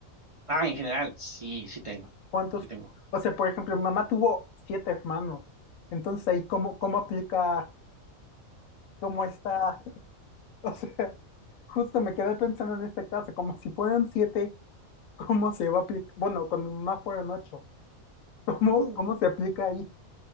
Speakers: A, on the right; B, on the left.
A: Ah, en general, sí, sí tengo.
B: ¿cuántos?
A: Sí tengo.
B: O sea, por ejemplo, mi mamá tuvo siete hermanos. Entonces ahí, ¿cómo, cómo aplica, cómo está? <laughs> O sea, justo me quedé pensando en este caso, como si fueran siete, ¿cómo se va a aplicar? Bueno, con mi mamá fueron ocho. ¿Cómo,
A: Mm.
B: cómo se aplica ahí?